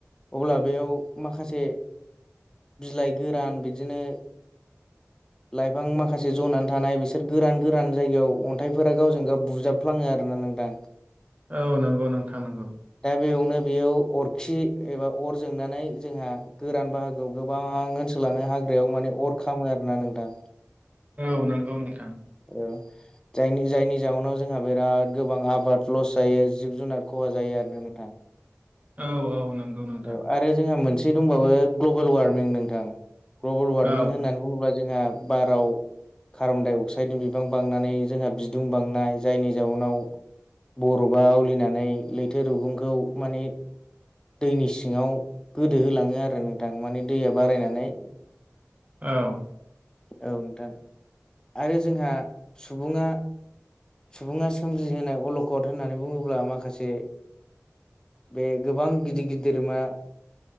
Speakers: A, on the left; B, on the right.
A: अब्ला बेयाव माखासे बिलाइ गोरान बिदिनो लाइफां माखासे जनानै थानाय बिसोर गोरान गोरान जायगायाव अन्थाइफोरा गावजों गाव बुजाबफ्लाङो आरोना नोंथां। <inaudible>
B: औ नंगौ नोंथां नंगौ।
A: दा बेयावनो बेयाव अरखि एबा अर जोंनानै जोंहा गोरान बाहागोआव गोबां स लानो हाग्रायाव माने अर खामो आरोना नोंथां।
B: औ नंगौ नोंथां।
A: औ। जायनि जायनि जाउनाव जोंहा बिराद गोबां आबाद लस जायो जिब जुनार खहा जायो आरोना नोंथां।
B: औ औ नंगौ। नोंथां
A: औ आरो जोंहा मोनसे दंबावो ग्लबेल वार्मिं नोंथां। ग्लबेल वार्मिं
B: औ
A: होननानै बुङोब्ला जोंहा बाराव कार्बनडाइ अक्साइडनि बिबां बांनानै जोंहा बिदुं बांनाय जायनि जाउनाव बर'बा आवलिनानै लैथो रुगुंखौ माने दैनि सिङाव गोदो होलाङो आरो नोंथां माने दैया बारायनानै
B: औ।
A: औ नोंथां। आरो जोंहा सुबुङा सुबुङा सोमजिहोनाय अलखद होननानै बुङोब्ला माखासे बे गोबां गिदिर गिदिर धोरोमा।